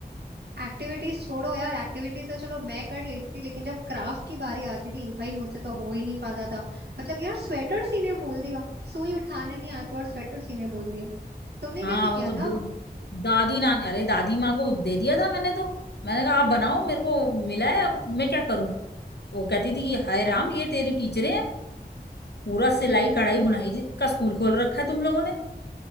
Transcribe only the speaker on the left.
हाँ
वो
तो
द- दादी नान अरे दादी माँ को दे दिया था मैंने तो मैंने कहा आप बनाओ मेरे को मिला है अब मैं क्या करूं वो कहती थी कि हाय राम ये तेरी टीचरें हैं पूरा सिलाई कढ़ाई बुनाई का स्कूल खोल रखा है तुम लोगों ने